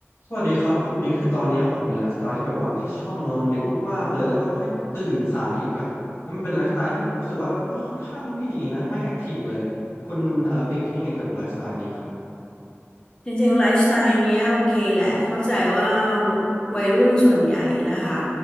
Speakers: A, on the left; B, on the left.
A: สวัสดีครับคุณปิงคือตอนเนี้ยผมมีไลฟ์สไตล์ที่แบบว่าเอ้ยชอบนอนดึกมากๆเลยแล้วก็ค่อยตื่นสายอีกอ่ะแล้วมันเป็นไลฟ์สไตล์ที่ผมรู้สึกว่ามันก็ค่อนข้างไม่ดีนะไม่แอคทีฟเลยคุณเอ่อปิงคิดยังไงเกี่ยวกับไลฟ์สไตล์นี้ครับ
B: จริงๆไลฟ์สไตล์เนี้ยโอเคแหละเข้าใจว่าวัยรุ่นส่วนใหญ่นะคะ